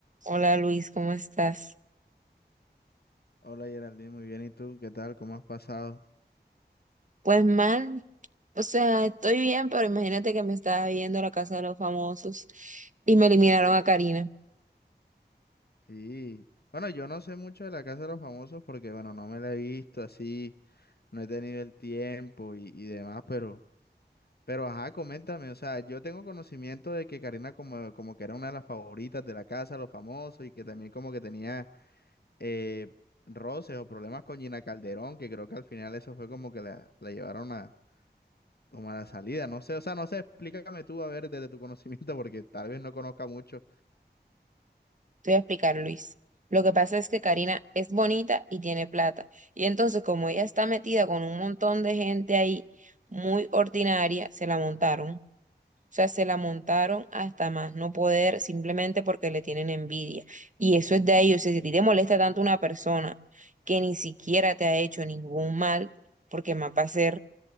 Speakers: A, on the right (about 45°); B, on the left (about 60°).
A: Hola Luis, ¿cómo estás?
B: Hola Geraldine, muy bien. ¿Y tú? ¿Qué tal? ¿Cómo has pasado?
A: Pues mal, o sea, estoy bien, pero imagínate que me estaba viendo La Casa de los Famosos y me eliminaron a Karina.
B: Sí. Bueno, yo no sé mucho de la Casa de los Famosos porque, bueno, no me la he visto así, no he tenido el tiempo y, y demás, pero, pero, ajá, coméntame. O sea, yo tengo conocimiento de que Karina como, como que era una de las favoritas de la Casa de los Famosos y que también como que tenía eh, roces o problemas con Gina Calderón, que creo que al final eso fue como que la, la llevaron a, como a la salida. No sé, o sea, no sé, explícame tú, a ver, desde tu conocimiento <laughs> porque tal vez no conozca mucho.
A: Te voy a explicar, Luis. Lo que pasa es que Karina es bonita y tiene plata. Y entonces, como ella está metida con un montón de gente ahí muy ordinaria, se la montaron. O sea, se la montaron hasta más no poder simplemente porque le tienen envidia. Y eso es de ellos. O sea, si a ti te molesta tanto una persona que ni siquiera te ha hecho ningún mal, porque más va a ser, o